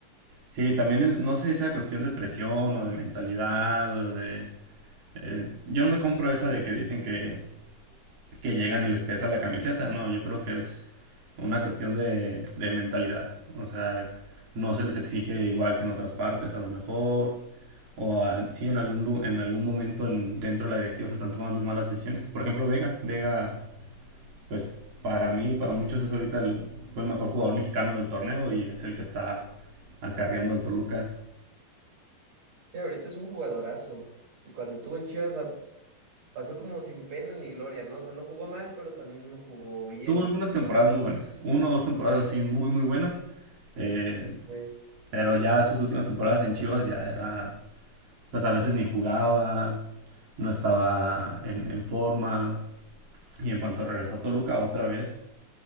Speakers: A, on the right; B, on the right.
A: Sí, también es, no sé si sea cuestión de presión o de mentalidad o de... eh, yo no me compro esa de que dicen que que llegan y les pesa la camiseta. No, yo creo que es una cuestión de, de mentalidad. O sea, no se les exige igual que en otras partes, a lo mejor. O a- sí, en algún, en algún momento en- dentro de la directiva se están tomando malas decisiones. Por ejemplo, Vega. Vega, pues para mí, para muchos es ahorita el, fue el mejor jugador mexicano del torneo y es el que está acarreando al Toluca.
B: Sí, ahorita es un jugadorazo. Y cuando estuvo en Chivas a- pasó como sin pena ni gloria, ¿no? O sea, no jugó mal, pero también no jugó bien.
A: Tuvo algunas temporadas muy buenas. Una o dos temporadas así muy, muy buenas. Eh,
B: Sí.
A: pero ya sus últimas temporadas en Chivas ya era pues a veces ni jugaba, no estaba en, en forma. Y en cuanto regresó a Toluca otra vez,